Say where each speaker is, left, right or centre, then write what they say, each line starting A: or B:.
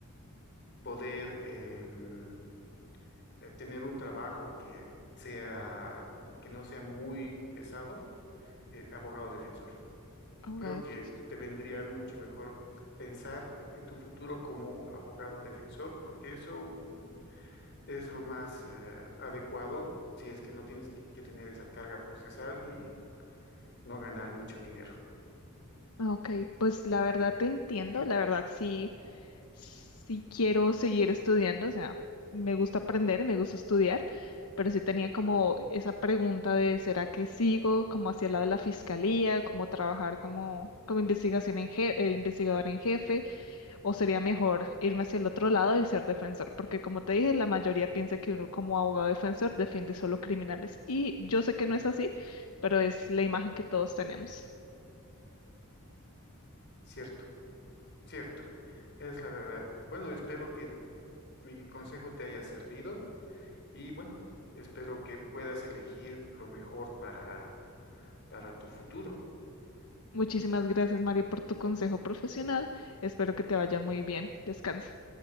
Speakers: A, on the left (about 50°); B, on the left (about 80°).
A: poder em, eh, tener un trabajo que sea, que no sea muy pesado, eh, abogado defensor.
B: Abogada
A: Creo
B: de
A: que
B: defensa.
A: te vendría mucho mejor pensar en tu futuro como abogado defensor, porque eso es lo más eh, adecuado si es que no tienes que, que tener esa carga procesal y no ganar mucho dinero.
B: Ah, Ok, pues la verdad te entiendo, la verdad sí, sí quiero seguir estudiando, o sea, me gusta aprender, me gusta estudiar, pero sí tenía como esa pregunta de ¿será que sigo como hacia el lado de la fiscalía, como trabajar como, como investigación en je- eh, investigador en jefe, o sería mejor irme hacia el otro lado y ser defensor? Porque como te dije, la mayoría piensa que uno como abogado defensor defiende solo criminales, y yo sé que no es así, pero es la imagen que todos tenemos.
A: Cierto, cierto, es la verdad. Bueno, espero que mi consejo te haya servido y bueno, espero que puedas elegir lo mejor para, para tu futuro.
B: Muchísimas gracias, Mario, por tu consejo profesional. Espero que te vaya muy bien. Descansa.